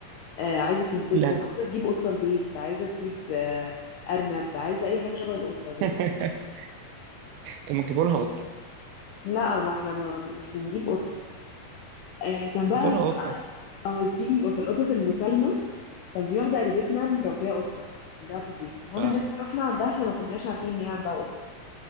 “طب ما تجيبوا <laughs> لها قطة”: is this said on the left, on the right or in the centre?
Right